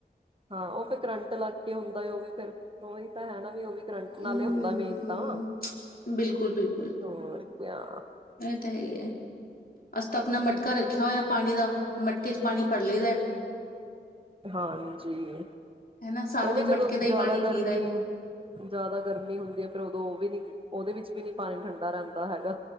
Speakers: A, on the right (about 30°); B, on the left (about 60°).
A: ਹਾਂ ਉਹ ਤੇ ਕਰੰਟ ਲੱਗ ਕੇ ਹੁੰਦਾ ਹੈ ਉਹ ਵੀ। ਫਿਰ ਉਹੀ ਤਾਂ ਹੈ ਨਾ ਵੀ ਉਹ ਵੀ ਕਰੰਟ ਨਾਲੇ
B: ਹੂੰ
A: ਹੁੰਦਾ ਮੇਨ ਤਾਂ
B: ਬਿਲਕੁਲ-ਬਿਲਕੁਲ
A: ਹੋਰ ਕਿਆ
B: ਇਤੇ ਹੈ ਹੀ ਹੈ। ਅਸੀ ਤਾਂ ਆਪਣਾ ਮਟਕਾ ਰੱਖਿਆ ਹੋਇਆ। ਪਾਣੀ ਦਾ, ਮਟਕੇ ਚ ਪਾਣੀ ਭਰ ਲਈ ਦਾ।
A: ਹਾਂਜੀ
B: ਹਨਾ ਸਾਰਾ
A: ਉਹ
B: ਦਿਨ
A: ਵੀ ਜਦੋਂ
B: ਮਟਕੇ ਦਾ ਹੀ
A: ਜ਼ਿਆਦਾ
B: ਪਾਣੀ
A: ਗਰਮੀ,
B: ਪੀਦਾ।
A: ਜ਼ਿਆਦਾ ਗਰਮੀ ਹੁੰਦੀ ਹੈ, ਫਿਰ ਉਦੋਂ ਉਹ ਵੀ ਨੀ ਉਹਦੇ ਵਿੱਚ ਵੀ ਨੀ ਪਾਣੀ ਠੰਡਾ ਰਹਿੰਦਾ ਹੈਗਾ।